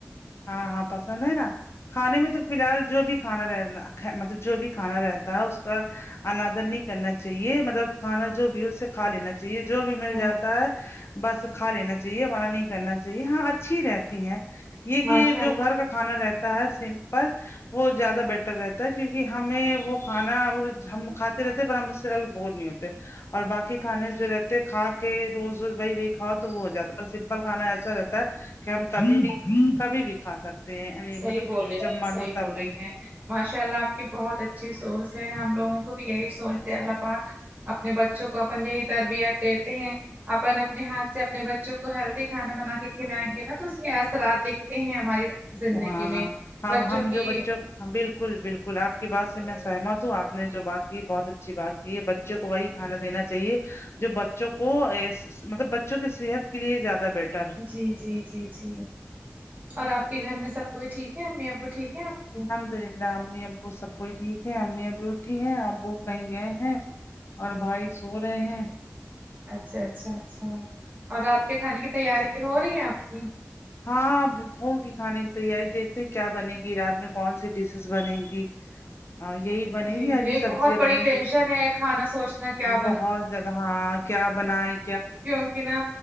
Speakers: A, on the left; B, on the right.
A: ہاں ہاں پسند ہے نا کھانے میں تو فی الحال جو بھی کھانا رہ مطلب جو بھی کھانا رہتا ہے اس کا آنادر نہیں کرنا چاہیے مطلب کھانا جو بھیو سے کھا لینا چاہیے جو بھی مل
B: ہاں
A: جاتا ہے بس کھا لینا چاہیے من نہیں کرنا چاہیے ہاں اچھی رہتی ہے یہ کہ
B: ماشاء
A: جو
B: اللہ
A: گھر کا کھانا رہتا ہے سمپل وہ زیادہ بیٹر رہتا ہے کیونکہ ہمیں وہ کھانا وہ ہم کھاتے رہتے پر ہم اس سےھی بور نہیں ہوتے اور باقی کھانے جو رہ تے کھا کے روز وہی وہی کھاؤ تو وہ ہو جاتا ہے پر سمپل کانا ایسا رہتا ہے کہ ہم کبھی بھی کبھی بھی کھا سکتے ہیں یعنی
B: صحیح
A: مطلب
B: بول رہی
A: جب
B: ہیں
A: من
B: صحیح
A: ہو تب
B: بول رہی
A: بھی
B: ہیں ماشاء اللہ آپ کی بہت اچھی سوچ ہے ہم لوگوں کو بھی یہی سوچ د اللہ پاک اپنے بچوں کو اپن یہی تربیت دیتے ہیں اپن اپنے ہاتھ سے اپنے ب چوں کو ہیلدی کھانا بنا کے کھلائیں گے نا تو اس کے اثرات دکھتے ہیں ہماری زندگی
A: ہاں
B: میں
A: ہاں ہم
B: بچوں
A: ہم
B: کی
A: جو بچوں ہاں بالکل بالکل آپ کی بات سے میں سہمت ہوں آپ نے جو بات کی بہت اچھی بات یہ بچوں کو وہی کھانا دینا چاہیے جو بچوں کو مطلب بچوں کی صحت کے لیے زیادہ بیٹر
B: جی جی جی جی اور آپ کے گھر میں سب کوئی ٹھیک ہے امی ابو ٹھیک ہے آپ کی
A: سرندا امی ابو سب کوئی ٹھیک ہے امی ابی اٹھی ہیں ابو کہیں گئے ہیں اور بھائی سو رہے ہیں
B: اچھا اچھا اچھا اور رات کے کھانے کی تیاری ہو رہی ہے آپ کی
A: ہاں ہوگی کھانے کی تیاری دیکھتے ہیں کیا بنے گی رات میں کون سی ڈشز بنے گی اور یہی بنے
B: جی
A: گی ہاری
B: یہ ایک
A: سبزیا
B: بہت بڑی
A: بنے
B: ٹینشن
A: گی
B: ہے کھانا سوچنا کیا
A: بہت زیادہ ہاں کیا بناائے گ
B: کیونکے نہ